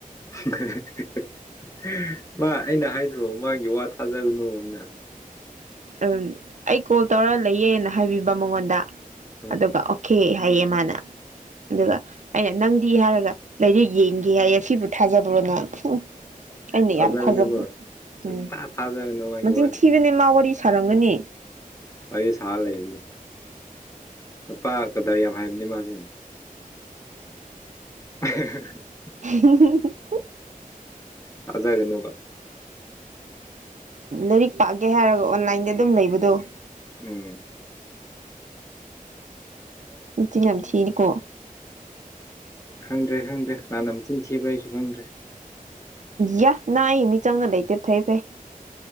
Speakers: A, on the left; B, on the right.
A: <unintelligible> <inaudible> ꯃꯥ ꯑꯩꯅ ꯍꯥꯏꯗ꯭ꯔꯣ ꯃꯥꯒꯤ ꯋꯥ ꯊꯥꯖꯔꯨꯅꯨꯅ
B: ꯎꯝ ꯑꯩ ꯀꯣꯜ ꯇꯧꯔ ꯂꯩꯌꯦꯅ ꯍꯥꯏꯕꯤꯕ ꯃꯉꯣꯟꯗ
A: ꯎꯝ
B: ꯑꯗꯨꯒ ꯑꯣꯈꯦ ꯍꯥꯏꯌꯦ ꯃꯥꯅ ꯑꯗꯨꯒ ꯑꯩꯅ ꯅꯪꯗꯤ ꯍꯥꯏꯔꯒ ꯂꯥꯏꯔꯤꯛ ꯌꯦꯡꯒꯦ ꯍꯥꯏꯌꯦ ꯁꯤꯕꯨ ꯊꯥꯖꯕ꯭ꯔꯣ ꯅꯪ ꯎ ꯑꯩꯅ
A: ꯊꯥꯖꯒꯅꯨꯀꯣ
B: ꯌꯥꯝ ꯊꯥꯖꯕ꯭ꯔꯣ
A: ꯁꯨꯛꯊꯥ
B: ꯎꯝ
A: ꯊꯥꯖꯒꯅꯨ ꯃꯥꯒꯤ
B: ꯃꯁꯤꯡ
A: ꯋꯥꯗꯣ
B: ꯊꯤꯕꯅꯦ ꯃꯥ ꯋꯥꯔꯤ ꯁꯥꯔꯝꯒꯅꯤ
A: ꯋꯥꯔꯤ ꯁꯥ ꯂꯩꯕꯅꯤ ꯅꯨꯄꯥ ꯀꯗꯥꯔ ꯌꯥꯝ ꯍꯥꯏꯕꯅꯤ ꯃꯥꯁꯦ <unintelligible>
B: <unintelligible>
A: ꯇꯥꯖꯒꯦꯅꯣꯕ
B: ꯂꯥꯏꯔꯤꯛ ꯄꯥꯛꯒꯦ ꯍꯥꯏꯔꯒ ꯑꯣꯟꯂꯥꯏꯟꯗ ꯑꯗꯨꯝ ꯂꯩꯕꯗꯣ
A: ꯎꯝ ꯎꯝ <unintelligible>
B: ꯎꯆꯤꯟ ꯌꯥꯝ ꯊꯤꯅꯀꯣ
A: ꯈꯪꯗ꯭ꯔꯦ ꯈꯪꯗ꯭ꯔꯦ ꯀꯟꯅꯅꯥ ꯃꯆꯤꯟ ꯊꯤꯕ꯭ꯔꯥ ꯑꯩꯁꯨ ꯈꯪꯗ꯭ꯔꯦ
B: ꯌꯥ ꯅꯪ ꯑꯩ ꯃꯤꯆꯪꯅ ꯂꯩꯇꯦ ꯐꯩ ꯐꯩ